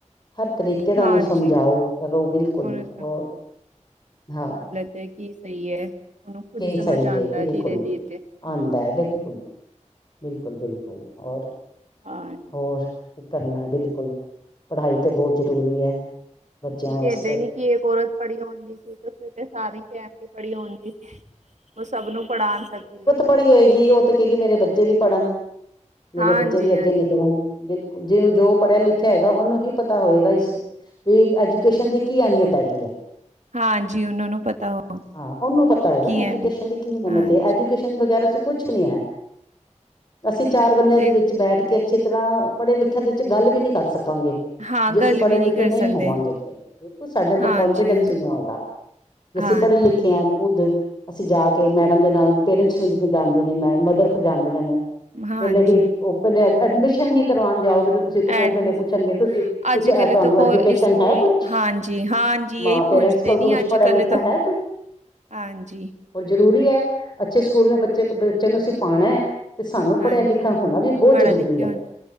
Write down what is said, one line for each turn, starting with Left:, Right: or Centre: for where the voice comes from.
Left: ਹਰ ਤਰੀਕੇ। ਰਿਕੇ ਦਾ,
Right: ਹਾਂਜੀ
Left: ਤੁਹਾਨੂੰ ਸਮਝਾਓ, ਕਰੋ ਬਿਲਕੁਲਰ,
Right: ਉਹਨੂੰ
Left: ਹੋਰ ਹਾਂ।
Right: ਤੇ ਕੀ ਸਹੀ ਹੈ। ਉਹਨੂੰ ਖੁਦ
Left: ਕੀ
Right: ਹੀ, ਸਮਝ
Left: ਸਹੀ
Right: ਆਉਂਦਾ
Left: ਹੈ ਬਿਲਕੁਲ
Right: ਧੀਰੇ- ਧੀਰੇ।
Left: ਆਉਂਦਾ ਹੈ। ਬਿਲਕੁਲ, ਬਿਲਕੁਲ- ਬਿਲਕੁਲ ਹੋਰ।
Right: ਹਾਂਜੀ।
Left: ਹੋਰ? ਕਰਨਾ ਬਿਲਕੁਲ। ਪੜਾਈ ਤੇ ਬੋਤ, ਜ਼ਰੂਰੀ ਹੈ। ਬੱਚਿਆਂ
Right: ਓ
Left: ਵਾਸਤੇ
Right: ਕੈਂਦੇ ਨੇ ਕਿ, ਏਕ ਔਰਤ ਪੜੀ ਓਂਦੀ ਸੀ ਤੇ, ਫੇਰ ਤੇ ਸਾਰੀ ਫੈਮਲੀ ਪੜੀ ਓਂਦੀ ਸੀ। ਓ ਸਭ ਨੂੰ, ਪੜਾਨ ਸਕਦੀ ਏ।
Left: ਪੜੀ ਹੋਏਗੀ। ਓ ਤੇ, ਕਏਗੀ ਮੇਰੇ ਬੱਚੇ ਵੀ ਪੜਨ, ਮੇਰੇ
Right: ਹਾਂਜੀ
Left: ਬੱਚੇ ਵੀ
Right: ਹਾਂਜੀ।
Left: ਅੱਗੇ ਨਿਕਲਨ। ਜਿਨੂੰ ਜੋ ਪੜਯਾ- ਲਿਖਆ ਹੋਏਗਾ। ਓਨੂੰ ਹੀ ਪਤਾ ਹੋਏਗਾ ਇਸ ਵੀ ਐਜੂਕੇਸ਼ਨ ਦੀ, ਕੀ ਐਮਿਯਤ ਹੈਗੀ ਐ?
Right: ਹਾਂਜੀ ਉਹਨਾਂ ਨੂੰ ਪਤਾ ਹੋ
Left: ਹਾਂ, ਓਨੂੰ ਪਤਾ ਹੋਏਗਾ
Right: ਕੀ
Left: ਨਾ, ਐਜੂਕੇਸ਼ਨ
Right: ਐਵੇਂ
Left: ਕੀ ਕੀ ਆਂ
Right: ਹਾਂਜੀ
Left: ਮੈਂ ਤੇ, ਐਜੂਕੇਸ਼ਨ ਵਗੈਰਾ ਚ ਕੁਛ ਨੀ ਐ। ਅਸੀ ਚਾਰ ਬੰਦਿਆਂ
Right: ਦੇਖ
Left: ਦੇ ਵਿੱਚ ਬੈਠ ਕੇ ਅੱਛੀ ਤਰਾਂ, ਪੜੇ ਲਿਖਿਆ ਦੇ ਵਿੱਚ ਗੱਲ ਵੀ ਨੀ ਕਰ ਸਕਾਂਗੇ।
Right: ਹਾਂ
Left: ਜੇ ਅਸੀ
Right: ਗੱਲ
Left: ਪੜੇ-ਲਿਖੇ
Right: ਵੀ ਨਹੀਂ ਕਰ
Left: ਨਹੀ
Right: ਸਕਦੇ
Left: ਹੋਵਾਂਗੇ, ਤੇ ਬਿਲਕੁਲ ਸਾਡੇ ਅੰਦਰ
Right: ਹਾਂਜੀ
Left: ਕੋਨਫੀਡੈਂਸ
Right: ਹਾਂਜੀ
Left: ਈ ਨੀ ਹੋਏਗਾ। ਜੇ
Right: ਹਾਂਜੀ
Left: ਅਸੀ ਪੜੇ-ਲਿਖੇ ਆਂ ਖੁਦ ਅਸੀ ਜਾ ਕੇ, ਮੈਡਮ ਦੇ ਨਾਲ। ਪੇਰੇਂਟਸ ਮੀਟਿੰਗ ਵੀ ਜਾਂਦੇ ਨੇ, ਮੈਂ ਮਦਰਸ ਜਾਂਦੀ ਰਹਿੰਦੇ ਨੇ।
Right: ਹਾਂਜੀ
Left: ਪੈਲੇ ਹੀ, ਓ ਪੈਲੇ ਐਡਮਿਸ਼ਨ ਹੀ ਕਰਵਾਨ ਜਾਓ, ਤ- ਤੁਸੀਂ, ਉਹ
Right: ਐਡਮਿਸ
Left: ਪਹਿਲੇ ਪੁੱਛਣਗੇ? ਤੁਸੀਂ ਕੁਛ
Right: ਅੱਜ
Left: ਇਹ
Right: ਕੱਲ
Left: ਤੁਹਾਨੂੰ
Right: ਤੋਂ ਕੋਈ
Left: ਐਜੂਕੇਸ਼ਨ
Right: ਸਕੂਲ
Left: ਹੈ ਕੁਛ,
Right: ਹਾਂਜੀ ਹਾਂਜੀ
Left: ਮਾਂ।
Right: ਇਹੀ ਪੂਛਤੇ
Left: ਪੇਰੈਂਟਸ ਕੂਲ
Right: ਨੀ
Left: ਕੁਛ
Right: ਅੱਜ
Left: ਪੜਾ-
Right: ਕੱਲ
Left: ਲਿਖਾ
Right: ਤੋਂ
Left: ਹੈ, ਕੁਛ।
Right: ਹਾਂਜੀ।
Left: ਉਹ ਜ਼ਰੂਰੀ ਹੈ। ਅੱਛੇ ਸਕੂਲ ਮੈਂ, ਬੱਚੇ ਬੱਚਿਆਂ ਕੋ, ਅਸੀ ਪਾਉਣਾ ਹੈ। ਤੇ ਸਾਨੂੰ ਪੜ੍ਹਿਆ
Right: ਹਾਂਜੀ।
Left: ਲਿਖਿਆ ਹੋਣਾ ਵੀ ਬਹੁਤ
Right: ਪੜਿਆ-
Left: ਜ਼ਰੂਰੀ
Right: ਲਿਖਿਆ
Left: ਹੈ
Right: ਹੋਣਾ।